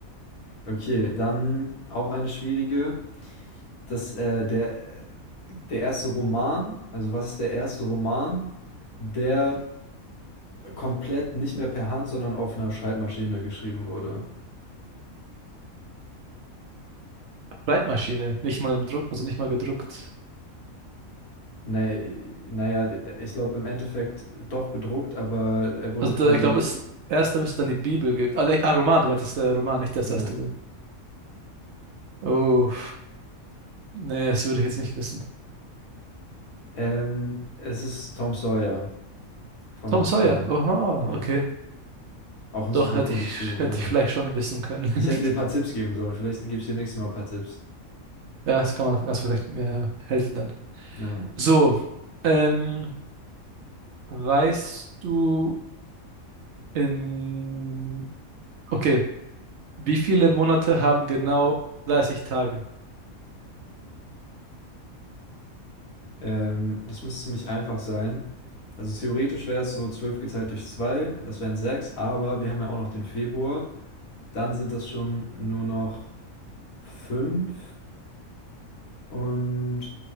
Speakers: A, on the left; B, on the right.
A: Okay, dann auch eine schwierige. Das, äh, der, der erste Roman, also was ist der erste Roman, der komplett nicht mehr per Hand, sondern auf einer Schreibmaschine geschrieben wurde?
B: Schreibmaschine, nicht mal im Druck, also nicht mal gedruckt.
A: Nee, naja, ich glaube im Endeffekt doch gedruckt, aber er wurde
B: Also
A: quasi.
B: da, ich glaube, das erste müsste dann die Bibel geben. Also, ah, Roman, du meintest äh, Roman, nicht das
A: Ja,
B: erste. gewesen. Oh, nee, das würde ich jetzt nicht wissen.
A: Ähm, es ist Tom Sawyer von
B: Tom
A: Mark
B: Sawyer,
A: Twain.
B: oha,
A: Ja.
B: okay.
A: Auch ein
B: Doch,
A: super
B: hätte
A: gutes
B: ich,
A: Buch.
B: hätte
A: Ja.
B: ich vielleicht schon wissen können. <laughs>
A: Ich hätte dir ein paar Tipps geben sollen. Vielleicht gebe ich dir nächstes Mal ein paar Tipps.
B: Ja, das kann man, das vielleicht mir helfen dann.
A: Ja.
B: So, ähm, weißt du in, okay, wie viele Monate haben genau 30 Tage?
A: Ähm, das müsste ziemlich einfach sein. Also theoretisch wäre es so 12 geteilt durch 2. das wären 6. aber wir haben ja auch noch den Februar. Dann sind das schon nur noch 5 und